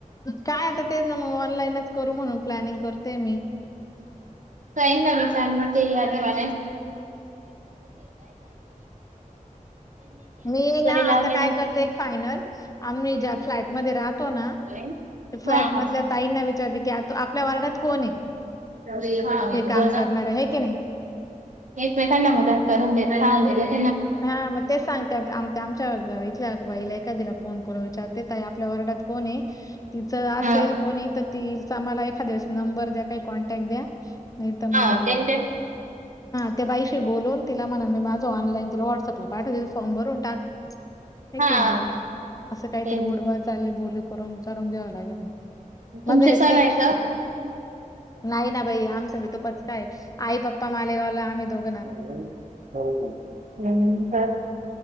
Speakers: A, on the left (about 25°); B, on the right (about 65°).
A: काय आता तेच ना मग ऑनलाईनच करू म्हणून प्लॅनिंग करते मी.
B: काही ना विचार ते या किंवा
A: <inaudible> मी ना
B: लावलेले
A: आता काय करते एक फायनल आम्ही ज्या फ्लॅट मध्ये राहतो ना
B: आहेत
A: फ्लॅट
B: हा हा
A: मधल्या ताईंना विचारते की आ आपल्या वार्डात कोण आहे?
B: हा,
A: ते
B: बोला.
A: काम करणार, आहे की नाही.
B: एकमेकांना मदत करून देतां. हा दिलेले
A: हा मग तेच सांगते आ आमच्या इथल्या बाईला एखादी्याला कोण कोण विचारते ताई आपल्या वार्डात कोण आहे. तिचं असेल
B: हा
A: कोणी तर तिचं म्हाला एखाद्याळेस नंबर द्या काही कॉन्टॅक्ट द्या नाही तर मग
B: हा त्यांचे
A: हा त्या बाईशी बोलून तिला म्हणल माझं ऑनलाईन तुला व्हाट्सअप ला पाठवते तू फॉर्म भरून टाक, आहे
B: हा
A: की नाही अस काहीतरी
B: ते
A: गोड चाले बोल करून करून घ्याव लागेल म माझ
B: तुमचे
A: हेश्टाग
B: सण आहे का
A: नाही ना बाई आमचं भी तूपच काय आई पप्पा मालेगावला आम्ही दोघ
B: <inaudible>